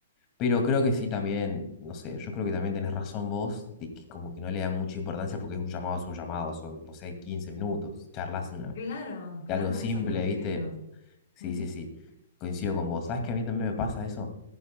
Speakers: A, on the left; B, on the left.
A: Pero creo que sí también, no sé, yo creo que también tenés razón vos de que como que no le dan mucha importancia porque un llamado es un llamado, son, no sé, 15 minutos, charlas una
B: Claro, claro,
A: algo simple,
B: eso es lo que
A: ¿viste?
B: digo.
A: Sí,
B: Ujú.
A: sí, sí, coincido con vos. ¿Sabes que a mí también me pasa eso?